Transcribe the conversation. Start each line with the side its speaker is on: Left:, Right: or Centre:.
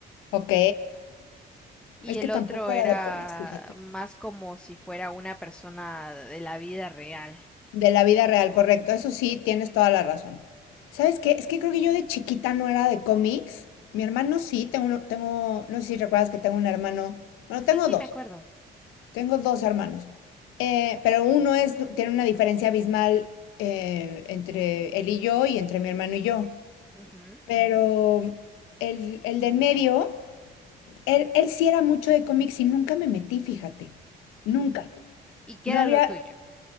Left: ok,
Centre: Y
Left: es
Centre: el
Left: que tampoco
Centre: otro era
Left: era de cómics, fíjate.
Centre: más como si fuera una persona de la vida real.
Left: De la vida real, correcto, eso sí, tienes toda la razón. ¿Sabes qué? Es que creo que yo de chiquita no era de cómics. Mi hermano sí, tengo, uno- tengo, no sé si recuerdas que tengo un hermano, bueno,
Centre: Sí,
Left: tengo
Centre: sí,
Left: dos.
Centre: me acuerdo.
Left: Tengo dos hermanos, eh, pero uno es, tiene una diferencia abismal eh, entre él y yo y entre mi hermano y yo.
Centre: Ujú.
Left: Pero el, el de en medio, él, él sí era mucho de cómics y nunca me metí, fíjate. Nunca.
Centre: ¿Y qué
Left: No
Centre: era
Left: había...
Centre: lo tuyo?